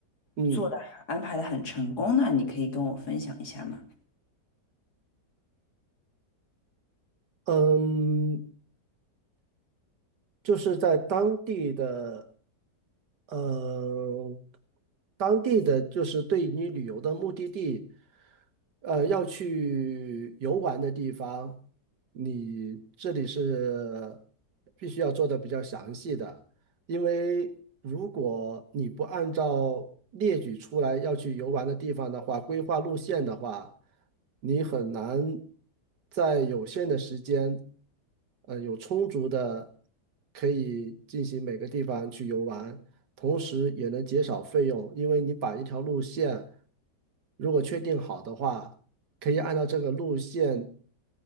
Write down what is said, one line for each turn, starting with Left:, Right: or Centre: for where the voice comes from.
Right: 嗯
Left: 做的安排的很成功呢？你可以跟我分享一下吗？
Right: 嗯，就是在当地的，呃，当地的就是对你旅游的目的地，呃，要去游玩的地方，你这里是必须要做的比较详细的。因为如果你不按照列举出来要去游玩的地方的话，规划路线的话，你很难在有限的时间，呃，有充足的可以进行每个地方去游玩，同时也能减少费用，因为你把一条路线如果确定好的话。可以按照这个路线